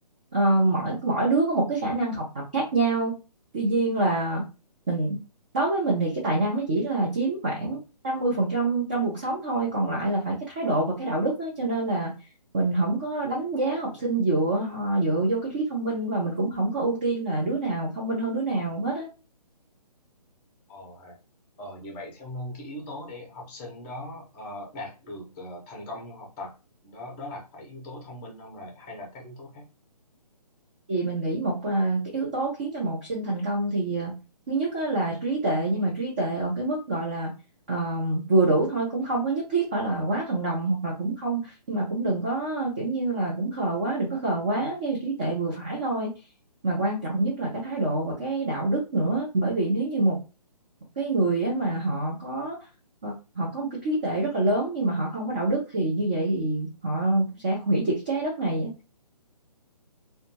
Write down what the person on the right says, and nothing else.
ờ, mỗi mỗi đứa có một cái khả năng học tập khác nhau tuy nhiên là mình đối với mình thì cái tài năng nó chỉ là chiếm khoảng 50% trong cuộc sống thôi còn lại là phải cái thái độ và cái đạo đức á. cho nên là mình không có đánh giá học sinh dựa họ dựa vô cái trí thông minh và mình cũng không có ưu tiên là đứa nào thông minh hơn đứa nào hết á
thì mình nghĩ một à, cái yếu tố khiến cho một học sinh thành công thì à, thứ nhất á là trí tệ nhưng mà trí tệ ở cái mức gọi là à, vừa đủ thôi cũng không có nhất thiết phải là quá thần đồng hoặc là cũng không nhưng mà cũng đừng có kiểu như là cũng khờ quá đừng có khờ quá cái trí tệ vừa phải thôi mà quan trọng nhất là cái thái độ và cái đạo đức nữa bởi vì nếu như một cái người á mà họ có họ họ có một cái trí tuệ rất là lớn nhưng mà họ không có đạo đức thì như vậy thì họ sẽ hủy diệt cái trái đất này á.